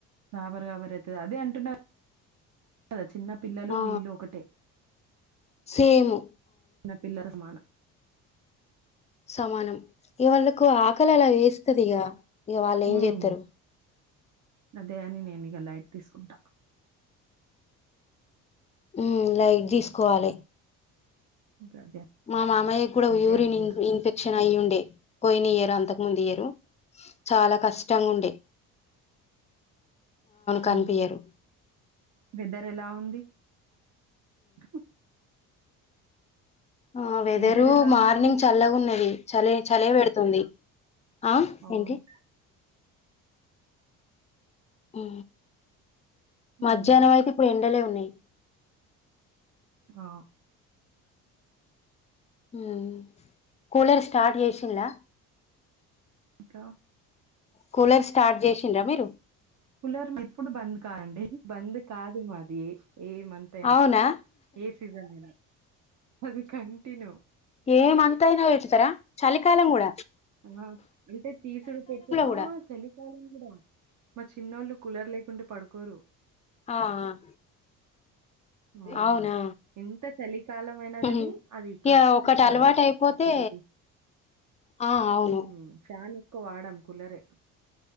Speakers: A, on the right; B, on the left.
A: గాబర గాబరైతది అదే అంటున్నా <unintelligible>
B: ఆ
A: వీళ్ళు ఒకటే.
B: సేము
A: న పిల్ల రసమాన
B: సమానం ఇగ వాళ్లకు ఆకలలా వేస్తుదిగా ఇగ వాళ్లేంజేత్తరు
A: హ్మ్. అదే అని నేనిగ లైట్ తీసుకుంట
B: ఉ లైట్ తీసుకోవాలె
A: ఇగ అదే
B: మా మామయ్యక్కూడా
A: అంతే
B: యూరిన్
A: అనుకుంటా.
B: ఇన్ ఇన్ఫెక్షన్ అయ్యుండేది పొయినియర్ అంతకు ముందియరూ చాలా కష్టంగుండె
A: హూ
B: కనిపియరు
A: వెదర్ ఎలా ఉంది హ హు
B: ఆ వెదరూ
A: వెదర్ ఎలా
B: మార్నింగ్
A: ఉంది?
B: చల్లగున్నది చలే చలే పెడుతుంది ఆ
A: అవును.
B: ఏంటి హు
A: హ్మ్.
B: మధ్యాహ్నమైతే ఇప్పుడు ఎండలే ఉన్నయి
A: ఆ
B: ఉ కూలర్ స్టార్ట్ చేసిల్లా
A: ఇంకా
B: కూలర్ స్టార్ట్ జేసిండ్రా మీరు
A: కులర్ ఎప్పుడు బంద్ కాదండి బంద్ కాదు మాది ఏ మంత్ అయినా
B: అవునా
A: ఏ సిజన్ అయినా అది కంటిన్యూ
B: ఏం మంత్ అయినా పెడతరా చెలికాలం గూడ
A: ఆ అంటే తీసుడు పెట్టు ఆ
B: కూడా
A: చలికాలం గుడా మా చిన్నోళ్ళు కులర్ లేకుంటే పడుకోరు
B: ఆ ఆ,
A: అవును
B: అవునా
A: ఎంత చలి కాలం అయినా
B: ఉహు.
A: గనీ అది కప్పుకుంటరు
B: ఇక ఒకటి అలవాటు
A: గదా
B: అయిపోతే
A: <unintelligible>
B: ఆ అవును
A: ఊ ఫాన్ ఎక్కువ వాడం కులరే